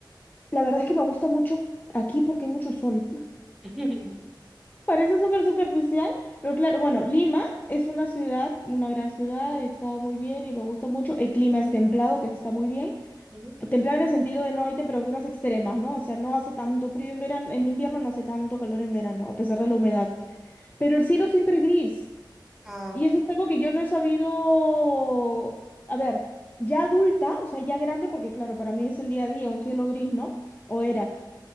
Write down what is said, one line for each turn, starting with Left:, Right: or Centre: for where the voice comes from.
Left: La verdad es que me gusta mucho aquí porque hay mucho sol. <laughs>
Centre: <laughs>
Left: Parece súper superficial, pero claro, bueno, Lima es una ciudad, una gran ciudad, y está muy bien y me gusta mucho. El clima es templado, que está muy bien.
Centre: Ujú.
Left: Templado en el sentido de no hay temperaturas extremas, ¿no? O sea, no hace tanto frío en verano, en invierno no hace tanto calor en verano, a pesar de la humedad. Pero el cielo siempre es gris.
Centre: Ah,
Left: Y eso es algo que yo no he sabido, a ver, ya adulta, o sea, ya grande, porque claro, para mí es el día a día, un cielo gris, ¿no? O
Centre: Ujú,
Left: era.